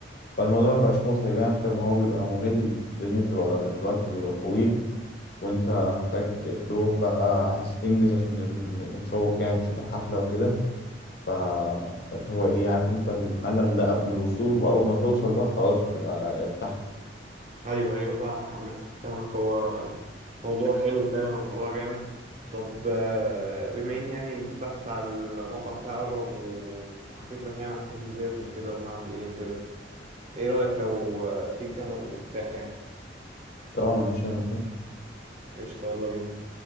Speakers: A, on the left; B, on the right.
A: فالموضوع مبيبقاش متعب يعني اكتر ما هو بيبقى ممل الدنيا بتبقى الوقت بيبقى طويل وانت محتاج تروح بقى عايز تنجز عشان الم- متشوق يعني تشوف الحفله وكده ف... فاللي هو ايه عارف انت الملل ده قبل الوصول واول ما توصل بقى خلاص بتبقى ارتحت
B: ايوه ايوه فاهمك عامة فاهمك هو موضوع حلو فعلا وموضوع جامد طب آه، بما ان يعني الافتتاح بتاع المطعم بتاعي قرب و- وحكيت لك يعني عن التجهيزات وكده وهعمل ايه وكده ايه رأيك لو آه، تيجي تحضر الافتتاح يعني
A: طبعا مفيش اي مشكله
B: قشطة يلا بينا